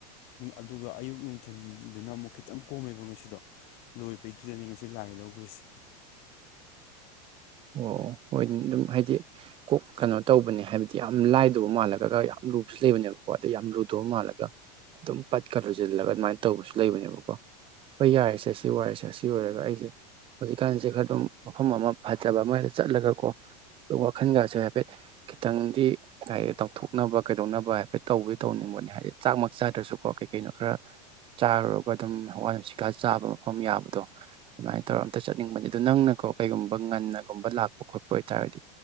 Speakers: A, on the left; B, on the right.
A: ꯑꯗꯨꯒ ꯑꯌꯨꯛ ꯅꯨꯡꯊꯤꯜꯗꯨꯅ ꯑꯃꯨꯛ ꯈꯤꯇꯪ ꯀꯣꯝꯃꯦꯕ ꯉꯁꯤꯗꯣ ꯂꯣꯏꯕꯩꯗꯨꯗꯅꯤ ꯉꯁꯤ ꯂꯥꯏ ꯂꯧꯈ꯭ꯔꯤꯁꯤꯦ
B: ꯑꯣ ꯑꯣ ꯍꯣꯏ ꯑꯗꯨꯝ ꯍꯥꯏꯗꯤ ꯀꯣꯛ ꯀꯩꯅꯣ ꯇꯧꯕꯅꯦ ꯍꯥꯏꯕꯗꯤ ꯌꯥꯝ ꯂꯥꯏꯗꯧꯕ ꯃꯥꯜꯂꯒ ꯌꯥꯝ ꯂꯨꯕꯁꯨ ꯂꯩꯕꯅꯦꯕꯀꯣ ꯑꯗꯩ ꯌꯥꯝ ꯂꯨꯗꯧꯕ ꯃꯥꯜꯂꯒ ꯑꯗꯨꯝ ꯄꯠꯀ ꯂꯨꯁꯤꯜꯂꯒ ꯑꯗꯨꯃꯥꯏꯅ ꯇꯧꯕꯁꯨ ꯂꯩꯕꯅꯦꯕꯀꯣ ꯍꯣꯏ ꯌꯥꯔꯤꯁꯦ ꯁꯤ ꯑꯣꯏꯔꯁꯦ ꯑꯁꯤ ꯑꯣꯏꯔꯒ ꯑꯩꯁꯦ ꯍꯧꯖꯤꯛꯀꯥꯟꯁꯦ ꯈꯔ ꯑꯗꯨꯝ ꯃꯐꯝ ꯑꯃ ꯐꯖꯕ ꯑꯃꯗ ꯆꯠꯂꯒꯀꯣ ꯑꯗꯨ ꯋꯥꯈꯜꯒꯥꯁꯦ ꯍꯥꯏꯐꯦꯠ ꯈꯤꯇꯪꯗꯤ ꯀ ꯇꯧꯊꯣꯛꯅꯕ ꯀꯩꯗꯧꯅꯕ ꯍꯥꯏꯐꯦꯠ ꯇꯧꯕꯗꯤ ꯇꯧꯅꯤꯡꯕꯅꯦ ꯍꯥꯏꯗꯤ ꯆꯥꯛꯃꯛꯛ ꯆꯥꯗ꯭ꯔꯁꯨꯀꯣ ꯀꯩ ꯀꯩꯅꯣ ꯈꯔ ꯆꯥꯔꯨꯔꯒ ꯑꯗꯨꯝ ꯍꯋꯥ ꯅꯨꯡꯁꯤꯠꯀꯥ ꯆꯥꯕ ꯃꯐꯝ ꯌꯥꯕꯗꯣ ꯑꯗꯨꯃꯥꯏꯅ ꯇꯧꯔꯒ ꯑꯝꯇ ꯆꯠꯅꯤꯡꯕꯅꯤ ꯑꯗꯨ ꯅꯪꯅꯀꯣ ꯀꯩꯒꯨꯝꯕ ꯉꯟꯅꯒꯨꯝꯕ ꯂꯥꯛꯄ ꯈꯣꯠꯄ ꯑꯣꯏꯇꯥꯔꯗꯤ